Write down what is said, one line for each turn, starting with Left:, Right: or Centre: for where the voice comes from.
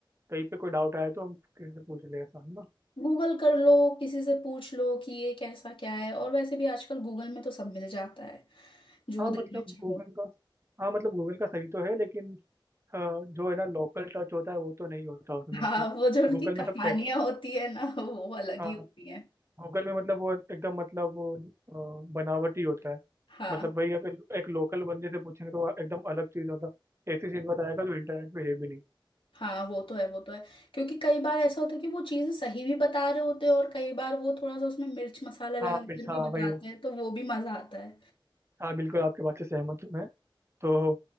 Right: कहीं पे कोई डाउट आए तो हम किसी से पूछ लें ऐसा है ना
Left: गूगल कर लो किसी से पूछ लो कि ये कैसा क्या है और वैसे भी आजकल गूगल में तो सब मिल जाता है जो
Right: हाँ
Left: देखना
Right: मतलब
Left: चाहो
Right: गूगल का हाँ मतलब गूगल का सही तो है लेकिन अ, जो है ना लोकल टच होता है वो तो नहीं होता उसमें
Left: हाँ
Right: कि
Left: वो जो उनकी
Right: गूगल
Left: कहानियां
Right: में सब
Left: होती है ना वो अलग
Right: टेक
Left: ही होती है
Right: लोकल में मतलब वो एकदम मतलब वो अ, बनावटी होता है
Left: हाँ
Right: मतलब वही अगर एक लोकल बंदे से पूछेंगे तो वो एकदम अलग चीज़ मतलब ऐसी चीज़ बताएगा जो इंटरनेट पे है भी नहीं
Left: हाँ वो तो है वो तो है क्योंकि कई बार ऐसा होता है कि वो चीजें सही भी बता रहे होते हैं और कई बार वो थोड़ा सा उसमें मिर्च मसाला लगाकर
Right: हाँ मिर्च
Left: भी
Right: हाँ
Left: बताते
Right: वही
Left: हैं तो वो भी मजा आता है
Right: हाँ बिल्कुल आपके बात से सहमत हूँ मैं तो